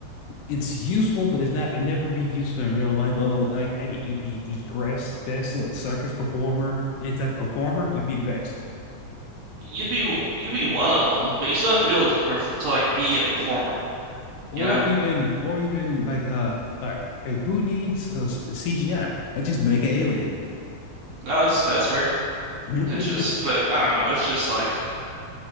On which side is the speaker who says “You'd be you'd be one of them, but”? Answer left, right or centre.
Right